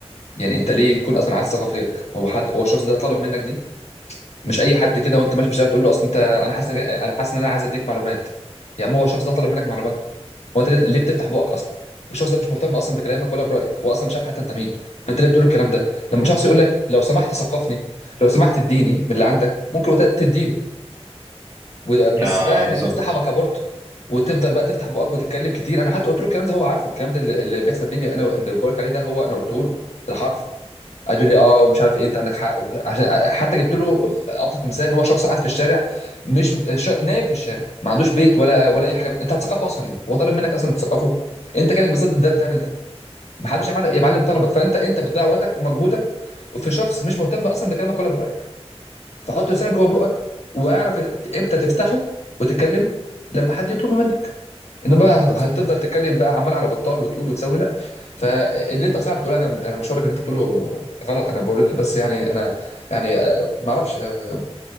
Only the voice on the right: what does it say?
آه
بالظبط
اه